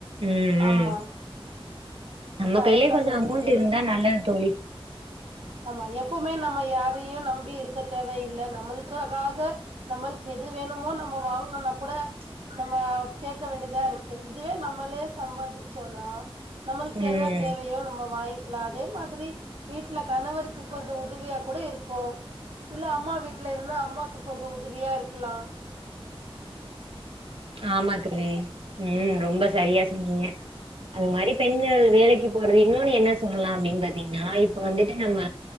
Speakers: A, on the right; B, on the right.
A: உம் உம்,
B: ஆமா
A: நம்ம
B: கரெக்டா
A: கைலே கொஞ்சம்
B: சொன்னீங்க
A: அமௌண்ட்
B: தோழி
A: இருந்தா நல்லது தோழி
B: ஆமா எப்பவுமே நம்ம யாரையும் நம்பி இருக்க தேவையில்ல நம்மக்கக்காக நம்மளுக்கு எது வேணுமோ நம்ம வாங்கணும்னா கூட நம்ம கேக்க வேண்டியதா இருக்கு இதுவே நம்மளே சம்பாதிச்சோம்னா நம்மளுக்கு
A: ம்
B: என்ன தேவையோ நம்ம வாங்கி கிலா அதே மாதிரி வீட்டுல கணவருக்கு கொஞ்சோ உதவியா கூட இருக்கும் இல்ல அம்மா வீட்டுல இருந்தா அம்மாக்கு கொஞ்சோ உதவியா இருக்கலாம்.
A: ஆமா கவி. உம் ரொம்ப செரியா சொன்னீங்க அது மாரி பெண்கள் வேலைக்கு போறது இன்னொன்னு என்ன சொல்லலா அப்படின்னு பாத்தீங்கன்னா இப்ப வந்துட்டு நம்ம